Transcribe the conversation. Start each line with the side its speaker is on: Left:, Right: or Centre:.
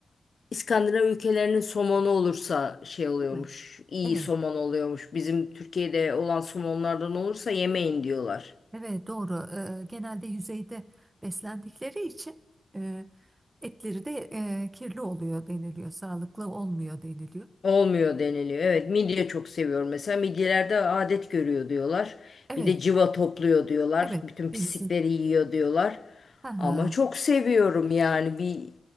Left: İskandinav ülkelerinin somonu olursa şey oluyormuş.
Right: değil mi?
Left: iyi
Right: Evet.
Left: somon oluyormuş. Bizim Türkiye'de olan somonlardan olursa yemeyin diyorlar.
Right: Evet doğru. Ee, genelde yüzeyde beslendikleri için e, etleri de e, kirli oluyor deniliyor. Sağlıklı olmuyor deniliyor.
Left: Olmuyor deniliyor. Evet, midye çok seviyorum mesela. Midyelerde adet görüyor diyorlar.
Right: Evet,
Left: Bir de civa topluyor diyorlar.
Right: evet.
Left: Bütün
Right: Denizin.
Left: pislikleri yiyor diyorlar.
Right: Ha,
Left: Ama
Right: ha.
Left: çok seviyorum yani bir